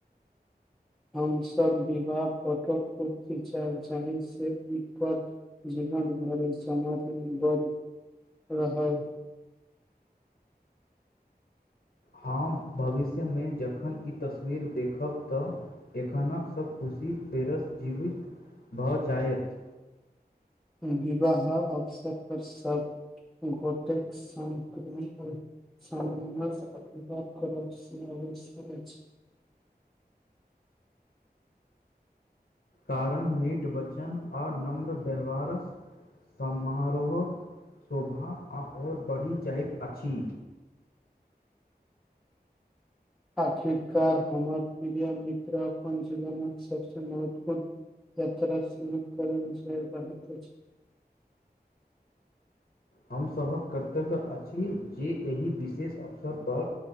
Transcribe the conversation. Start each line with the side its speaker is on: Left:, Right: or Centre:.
Centre: हमसभ विवाह फटोक खिचय जाहि से एकपर जीवन भरि समर्थ बल रहल।
Left: हम भविष्य में जख। एखन ई तस्वीर देखब तऽ। एखनक सब खुशी फेरसँ जीवित। भऽ जायत।
Centre: विवाहक अवसर पर सब घोटेक संग सामंजस्य करय से अवश्यक अछि।
Left: कारण मीट वचन आ नम्र व्यवहारक, समारोहक शोभा आओर बढ़ि जाइत अछि।
Centre: आखिरकार हमर प्रिय मित्र अपन जीवनक सबसे महत्वपूर्ण यात्रा शुरू करल जा रहत अछि।
Left: हमसभक कर्तव्य अछि जे एहि विशेष अवसर पर।